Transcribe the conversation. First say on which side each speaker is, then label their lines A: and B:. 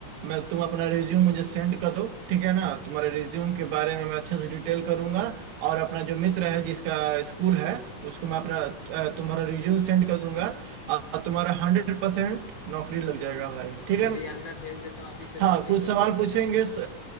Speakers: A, on the right; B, on the left.
A: मैं तुम अपना रिज्यूम मुझे सेंड कर दो ठीक है ना तुम्हारे रिज्यूम के बारे में मैं अच्छे से डिटेल करूंगा और अपना जो मित्र है जिसका स्कूल है उसको मैं अपना अ, तुम्हारा रिज्यूम सेंड कर दूंगा और तुम्हारा हंड्रेड परसेंट नौकरी लग जाएगा भाई ठीक
B: ठीक
A: है
B: है
A: ना
B: यार मैं भेज देता हूँ अभी तेरे
A: हाँ
B: को
A: कुछ
B: रिज्यूम
A: सवाल
B: भेज देता
A: पूछेंगे
B: हूँ
A: स-